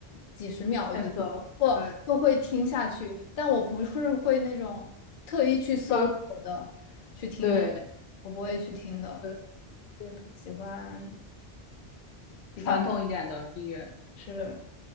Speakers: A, on the left (about 55°); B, on the left (about 90°).
A: 几十秒，
B: 选择，
A: 我觉得还不错，
B: 对，
A: 就会听下去，但我不是会那种特意去搜索的去听它，
B: 传，对，
A: 我不会去听的，
B: 对，对，
A: 喜欢比较
B: 传统一点的音乐，
A: 是。